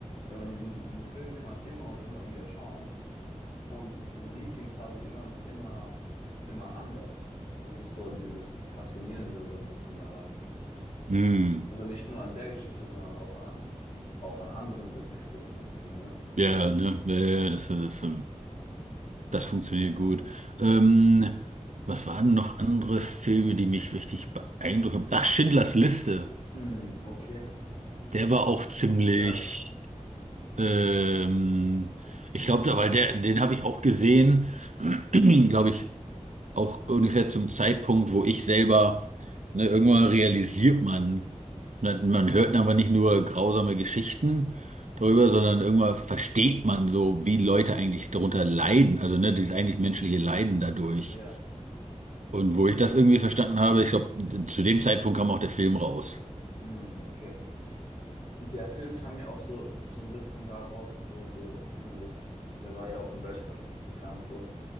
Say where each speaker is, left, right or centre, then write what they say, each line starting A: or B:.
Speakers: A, on the left (about 65°); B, on the right (about 70°).
A: wenn man diesen, diesen Film kann man immer und immer wieder schauen und sieht ihn quasi immer, immer, immer anders. Das ist so dieses Faszinierende so ein bisschen daran.
B: hm.
A: Also nicht nur an der Geschichte, sondern auch an, auch an anderen Disney-Filmen irgendwie, ne?
B: Ja, ne, ja, ja, das, das, das funktioniert gut. Ähm, was waren noch andere Filme, die mich richtig beeindruckt haben? Ach, Schindlers Liste.
A: Hm, okay.
B: Der war auch ziemlich,
A: Ja,
B: ähm, ich glaube, weil der, den habe ich auch gesehen, <clears throat> glaube ich, auch ungefähr zum Zeitpunkt, wo ich selber, ne, irgendwann realisiert man, man, man hört aber nicht nur grausame Geschichten darüber, sondern irgendwann versteht man so, wie Leute eigentlich darunter leiden, also ne, dieses eigentlich menschliche Leiden dadurch.
A: ja.
B: Und wo ich das irgendwie verstanden habe, ich glaube, zu dem Zeitpunkt kam auch der Film raus.
A: Hm, okay. Ich, der Film kam ja auch so, so ein bisschen da raus, wo so, ich meine, das, der war ja auch in Deutschland dann echt bekannt so.